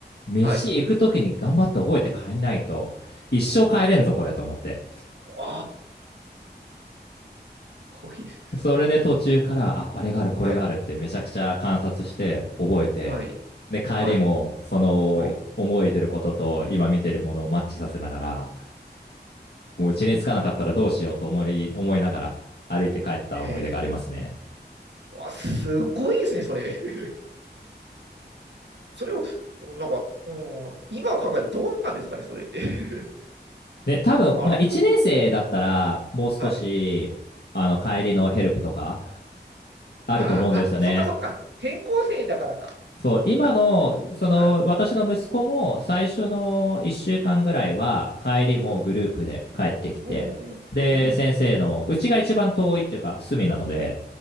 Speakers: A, on the left; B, on the right.
A: 飯行く時に頑張って覚えて帰んないと、
B: はい。
A: 一生帰れんぞ、これと思って。
B: あ、こいですね。
A: それで途中から、あ、あれがある、これがあるってめちゃくちゃ観察して覚えて、
B: はい。はい。
A: で、帰りも、
B: はい。
A: その、
B: はい。
A: 思いてることと今見てるものをマッチさせながら、もう家に着かなかったらどうしようと思い、思いながら歩いて帰った思い出がありますね。
B: へえ。わ、すごいですね、それ。<laughs> それを、なんか、うん、今考えたらどうなんですかね、それって。<laughs>
A: ね、多分、
B: あり、
A: まあ、1年生だったら、もう少し、
B: はい。
A: あの、帰りのヘルプとか、あると思うんですよね。
B: ああ、あ、そっかそっか。転校生だからか。
A: そう、今の、
B: あ、
A: その、
B: あ、
A: 私の息子も、最初の1週間ぐらいは、
B: うん、
A: 帰りもグループで帰ってきて、
B: うん、うん、
A: で、
B: うん。
A: 先生の、うちが一番遠いっていうか、隅なので、